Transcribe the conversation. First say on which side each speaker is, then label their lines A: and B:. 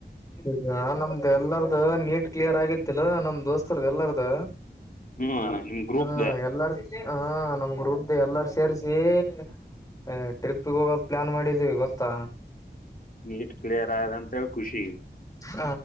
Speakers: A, on the left; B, on the left.
A: ಈಗ ನಮ್ದು ಎಲ್ಲಾರ್ದ ನೀಟ್ ಕ್ಲಿಯರ್ ಆಗಿತ್ತಲ್ಲಾ ನಮ ದೋಸ್ತರ್ ಎಲ್ಲಾರ್ದ
B: ಹ್ಮ್ ಅಣ್ಣ ನಿಮ್ ಗ್ರೂಪ್ದ
A: ಹ್ಮ ಎಲ್ಲಾರ ಹಾ ನಮ್ ಗ್ರೂಪ್ ಎಲ್ಲಾರು ಸೇರ್ ಎ ಟ್ರಿಪ್ಗೆ ಹೋಗ ಪ್ಲಾನ್ ಮಾಡಿದೀವಿ ಇವತ್ತು
B: ನೀಟ್ ಕ್ಲಿಯರ್ ಆಯದಂತೆ ಖುಷಿ
A: ಹ